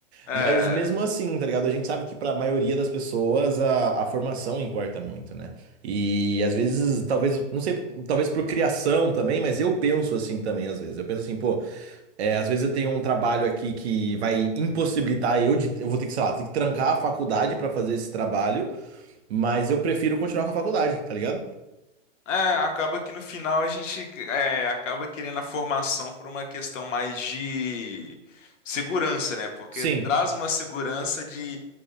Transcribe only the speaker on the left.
É,
é, acaba que no final a gente é, acaba querendo a formação por uma questão mais de segurança, né? Porque
traz uma segurança de